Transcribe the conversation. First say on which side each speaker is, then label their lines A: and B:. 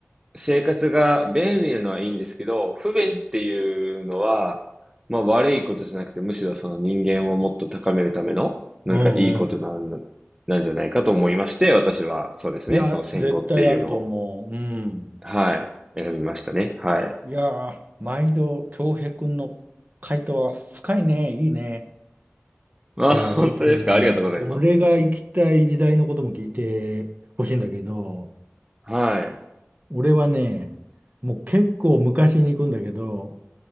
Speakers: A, on the right (about 15°); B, on the right (about 40°).
A: 生活が便利なのはいいんですけど、不便っていうのは、まあ悪いことじゃなくて、むしろその人間をもっと高めるための、なんかいいことなん、
B: うんうん。
A: なんじゃないかと思いまして、私はそうですね、
B: いや、
A: その戦後っていうのを、
B: 絶対あると思う。うん。
A: はい、選びましたね。はい。
B: いやー、毎度、京平くんの回答は深いね。いいね。
A: まあ、
B: じゃあ、
A: 本当ですかありがとうございます。
B: ちょっとね、俺が行きたい時代のことも聞いてほしいんだけど、
A: はい。
B: 俺はね、もう結構昔に行くんだけど、